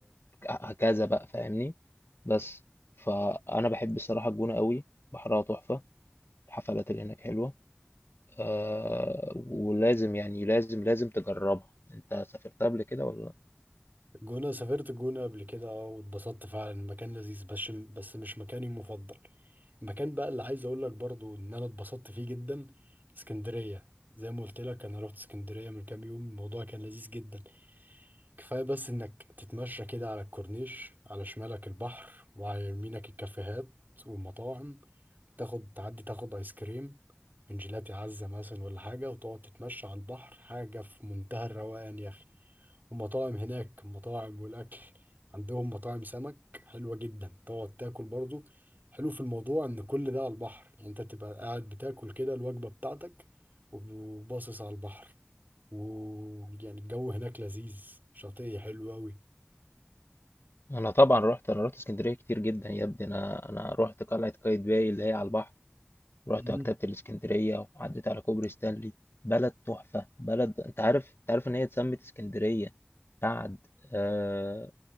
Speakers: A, on the left; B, on the right.
A: هكذا بقى فاهمني بس فانا بحب الصراحة الجونة قوي بحرها تحفة الحفلات اللي هناك حلوة أه ولازم يعني لازم لازم تجربها انت سافرتها قبل كده ولا
B: الجونة سافرت الجونة قبل كده اه واتبسطت فعلا المكان لذيذ بس بس مش مكاني المفضل المكان بقى اللي عايز اقول لك برضو ان انا اتبسطت فيه جدا اسكندرية زي ما قلت لك انا رحت اسكندرية من كام يوم الموضوع كان لذيذ جدا كفاية بس انك تتمشى كده على الكورنيش على شمالك البحر وعلى يمينك الكافيهات والمطاعم تاخد تعدي تاخد ايس كريم من جيلاتي عزة مثلا ولا حاجة وتقعد تتمشى على البحر حاجة في منتهى الروقان يا أخي ومطاعم هناك مطاعم والأكل عندهم مطاعم سمك حلوة جدا تقعد تاكل برضو حلو في الموضوع إن كل ده على البحر يعني أنت تبقى قاعد بتاكل كده الوجبة بتاعتك وباصص على البحر ويعني الجو هناك لذيذ شاطئي حلو أوي
A: انا طبعا رحت انا رحت اسكندريه كتير جدا يا ابني انا انا رحت قلعه قايتباي اللي هي على البحر رحت
B: مم.
A: مكتبه الاسكندريه وعديت على كوبري ستانلي بلد تحفه بلد انت عارف انت عارف ان هي اتسمت اسكندريه بعد آه